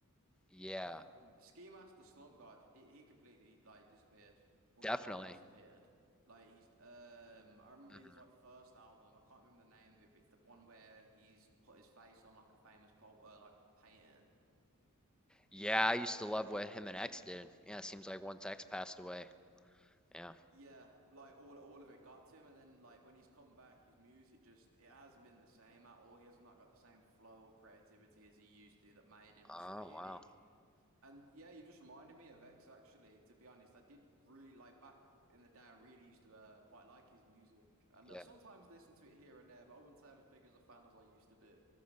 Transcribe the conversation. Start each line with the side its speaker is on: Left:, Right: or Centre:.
Centre: yeah,
Right: Um, Ski Mask the Slump God, he he completely like disappeared, or
Centre: definitely.
Right: his talent disappeared. Like he's um, I remember
Centre: hmm
Right: his like first album. I can't remember the name of it, but it's the one where he's put his face on like a famous pol uh, like painting.
Centre: Yeah, I used to love what him and X did. Yeah, it seems like once X passed away. Yeah.
Right: Yeah, like all all of it got to him, and then like when he's come back, his music just it hasn't been the same at all. He has not got the same flow or creativity as he used to that made him
Centre: Oh,
Right: so unique.
Centre: wow.
Right: And yeah, you just reminded me of X actually. To be honest, I did really like back in the day. I really used to uh, quite like his music, and
Centre: Yeah.
Right: I sometimes listen to it here and there. But I wouldn't say I'm as big as a fan as I used to be.